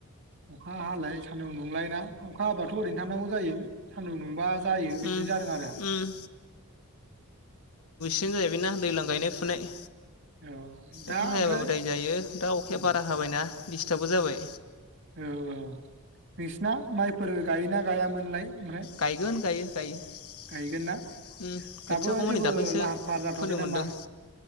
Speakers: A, on the right; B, on the left.
A: अखा हालाय सान्दुं दुंलाय ना अखा हाबाथ' ओरैनो थांनांगौ जायो सान्दुं दुंबा जायो बिदि
B: उम
A: जादों आरो।
B: उम बेनो जाहोयबाय दैलां गायनाय फुनाय।
A: औ दा
B: अखा हायाबाबो
A: ओमफ्राय
B: दाय जायो दा अखाया
A: उम
B: बारा हाबायना। दिस्टार्बबो जाबाय।
A: औ औ नोंसिना माइ फोर गायोना गायामोनलाय। ओमफ्राय
B: गायगोन गायो। गायो। उम
A: गायगोन ना
B: खोथियाखौ
A: दाबो
B: माने
A: जेबो
B: दाख्लैसो
A: लाहार फाहार जाथ'वाखै
B: फोनो
A: नामा
B: मोनदों